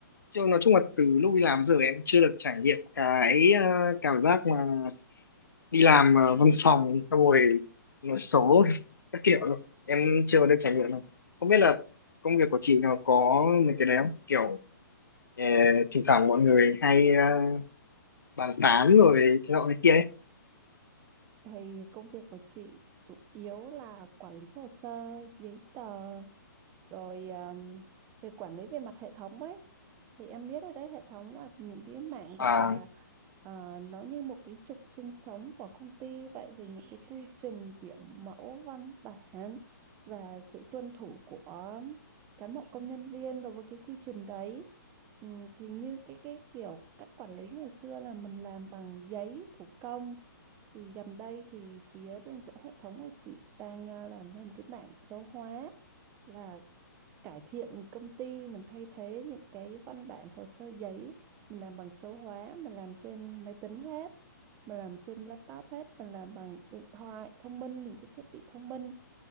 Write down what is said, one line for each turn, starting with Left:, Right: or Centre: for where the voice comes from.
Left: chứ nói chung là từ lúc đi làm giờ em chưa được trải nghiệm cái ờ, cảm giác mà đi làm ờ, văn phòng xong rồi nói số <laughs> các kiểu đâu. em chưa được trải nghiệm đâu không biết là công việc của chị nó có mấy cái đấy không kiểu Ờ, thỉnh thoảng mọi người hay ờ, bàn tán rồi thế nọ thế kia ấy.
Right: Thì công việc của chị chủ yếu là quản lý hồ sơ, giấy tờ rồi um, về quản lý về mặt hệ thống ấy thì em biết ở đấy hệ thống là những cái mảng
Left: À,
Right: gọi là ờ, nó như một cái trục xương sống của công ty vậy về những cái quy trình biểu mẫu văn bản và sự tuân thủ của cán bộ công nhân viên đối với cái quy trình đấy Ừ, thì như cái cái kiểu cách quản lý ngày xưa là mình làm bằng giấy thủ công thì gần đây thì phía bên chỗ hệ thống của chị đang à, làm thêm cái bảng số hóa là cải thiện công ty mình thay thế những cái văn bản hồ sơ giấy mình làm bằng số hóa mình làm trên máy tính hết mình làm trên laptop hết mình làm bằng điện thoại thông minh những cái thiết bị thông minh